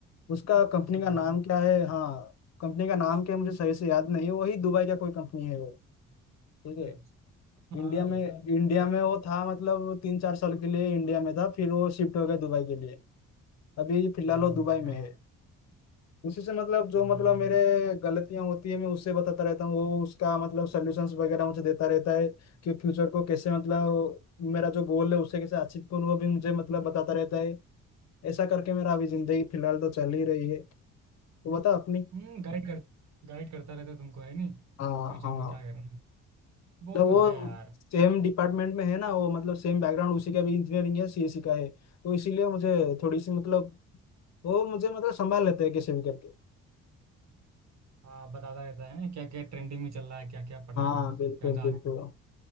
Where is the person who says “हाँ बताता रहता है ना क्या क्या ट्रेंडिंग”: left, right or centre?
Right